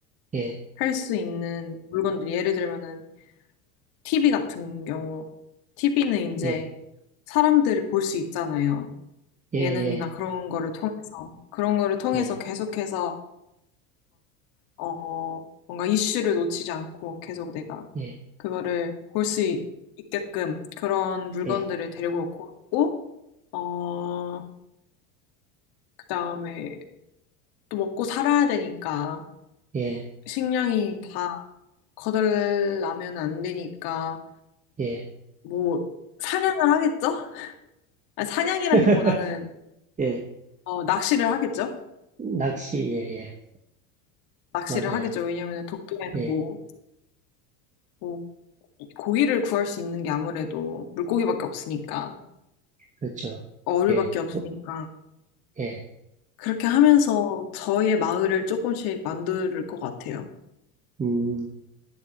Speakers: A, on the right (about 15°); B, on the left (about 55°).
A: 예,
B: 할 수 있는 물건들 예를 들면은 TV 같은 경우 TV는 이제
A: 예,
B: 사람들을 볼 수 있잖아요.
A: 예,
B: 예능이나
A: 예,
B: 그런 거를 통해서, 그런 거를 통해서
A: 예,
B: 계속해서, 어, 뭔가 이슈를 놓치지 않고 계속 내가
A: 예,
B: 그거를 볼 수 있게끔 그런 물건들을
A: 예,
B: 데리고 올 것 같고, 어, 그 다음에 또 먹고 살아야 되니까,
A: 예,
B: 식량이 다 거덜나면 안 되니까,
A: 예.
B: 뭐, 사냥을 하겠죠? 아니, 사냥이라기보다는,
A: <laughs> 예,
B: 어, 낚시를 하겠죠?
A: 낚시, 예, 예.
B: 낚시를
A: 맞아요.
B: 하겠죠. 왜냐면은 독도에는
A: 예.
B: 뭐, 뭐 고기를 구할 수 있는 게 아무래도 물고기밖에 없으니까,
A: 그렇죠.
B: 어류밖에
A: 예,
B: 없으니까.
A: 뭐, 예.
B: 그렇게 하면서 저의 마을을 조금씩 만들 것 같아요.
A: 음,